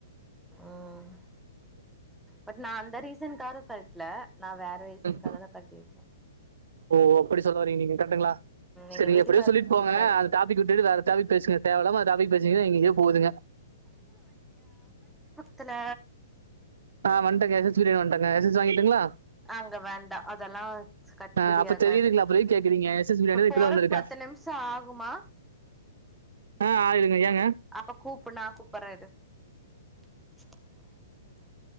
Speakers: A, in the centre; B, on the right (about 75°).
A: உம் பட் நான் அந்த ரீசன்காக கழட்டல நான் வேற ரீசனுக்காக
B: ம்.
A: தான் கழட்டியிருக்கே
B: ஓ அப்புடி சொல்லவரிங்க நீங்க கரெக்ட்டுங்ளா சேரி
A: எங்க வீட்டுக்காருக்கு
B: எப்டியோ சொல்லிட்
A: புடிக்காது
B: போங்க அந்த டாப்பிக் விட்டுட்டு வேற டாப்பிக் பேசுங்க தேவல்லாம அந்த டாப்பிக் பேசுனிங்னா எங்க எங்கயோ போகுதுங்க
A: த்ல
B: ஆஹ வண்டங்க எஸ் எஸ் வீ வண்டங்க எஸ் எஸ் வாங்கிட்டுங்ளா
A: அங்க வேண்டாம் அதெல்லாம் கட்டுபடி
B: ஆ, அப்ப
A: ஆகாது
B: தெரியுதுங்களா அப்புறம் எதுக்கு கேக்குறீங்க எஸ்எஸ் பிரியாணி
A: இப்ப
B: தான்
A: போறக்கு
B: இப்பதான் வந்திருக்கேன்
A: பத்து நிமிஷம் ஆகுமா
B: ஆ ஆயிருங்க ஏங்க
A: அப்ப கூப்பனாகூப்புறே இரு <inaudible>